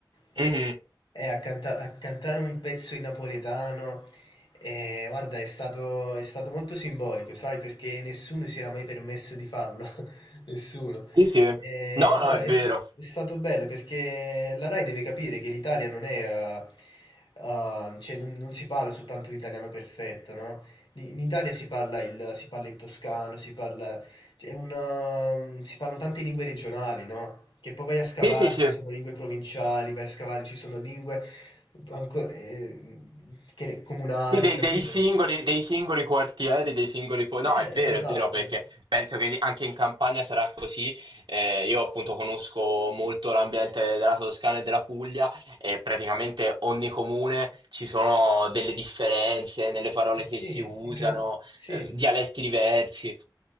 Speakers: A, on the left; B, on the right.
A: Eh,
B: Mhm.
A: eh, a, canta- a cantare un pezzo in napoletano. eh, guarda, è stato, è stato molto simbolico, sai, perché nessuno si era mai permesso di farlo. <laughs> Nessuno.
B: Sì, sì.
A: Eh,
B: No, no,
A: no,
B: è
A: è,
B: vero.
A: è stato bello perché la Rai deve capire che l'Italia non è... eh, eh, cioè, non, non si parla soltanto l'italiano perfetto, no? In in Italia si parla il, si parla il toscano, si parla cioè, è un eh, si parlano tante lingue regionali, no, che poi vai a scavare,
B: Sì, sì, sì.
A: ci sono lingue provinciali, vai a scavare, ci sono lingue anco ehm, che comunali,
B: Sì, dei,
A: capito?
B: dei singoli, dei singoli quartieri, dei singoli... po- No,
A: Eh,
B: è vero,
A: esatto.
B: è vero, perché penso che anche in Campania sarà così. Eh, io appunto conosco molto l'ambiente della Toscana e della Puglia e praticamente ogni comune ci sono delle differenze nelle parole
A: Eh sì,
B: che si usano,
A: incredi sì.
B: eh, dialetti diversi.